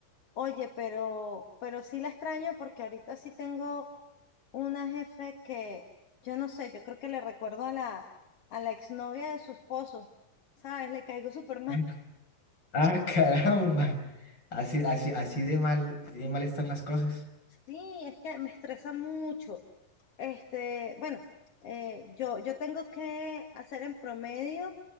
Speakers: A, on the left; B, on the left.
A: Oye, pero, pero sí la extraño porque ahorita sí tengo una jefe que, yo no sé, yo creo que le recuerdo a la, a la exnovia de su esposo, ¿sabes? Le caigo súper
B: <laughs>
A: mal.
B: Ah,
A: <laughs>
B: Ah, caramba. Así, así, así de mal, así de mal están las cosas.
A: Sí, es que me estresa mucho. Este, bueno, eh, yo, yo tengo que hacer en promedio